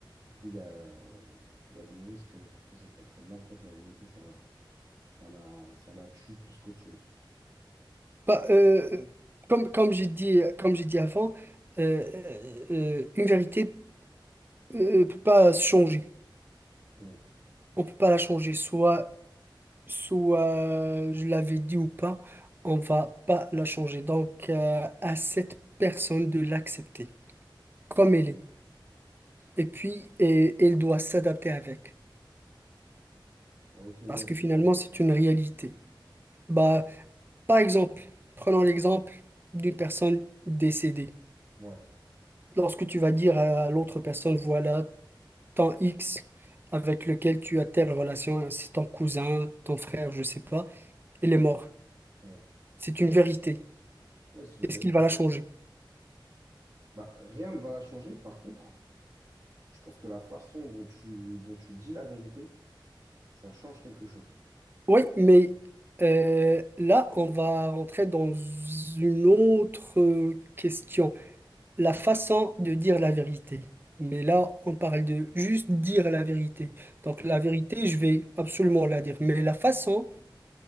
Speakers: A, on the right; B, on the right.
A: Du coup, il y a, il y a des risques pour que cette personne-là, en fait, la vérité, ça, ça la, ça la tue plus qu'autre chose.
B: Bah, euh, comme comme j'ai dit comme j'ai dit avant, euh, euh, euh, une vérité euh, peut pas se changer.
A: Hmm.
B: On peut pas la changer. Soit soit euh, je l'avais dit ou pas, on va pas la changer. Donc, euh, à cette personne de l'accepter comme elle est. Et puis, et- elle doit s'adapter avec.
A: Ok, ouais.
B: Parce que
A: je-
B: finalement, c'est une réalité. Bah, par exemple, prenons l'exemple d'une personne décédée.
A: Ouais.
B: Lorsque tu vas dire à l'autre personne, voilà, tant X avec lequel tu as telle relation, c'est ton cousin, ton frère, je sais pas, il est mort.
A: hmm.
B: C'est une vérité.
A: Ouais, c'est une
B: Est-ce
A: vérité.
B: qu'il va la changer?
A: Bah, rien ne va la changer. Par contre, je pense que la façon dont tu, dont tu dis la vérité, ça change quelque chose.
B: Oui, mais euh, là, on va rentrer dans une autre euh, question, la façon de dire la vérité. Mais là, on parle de juste dire la vérité. Donc
A: Hmm.
B: la vérité, je vais absolument la dire, mais la façon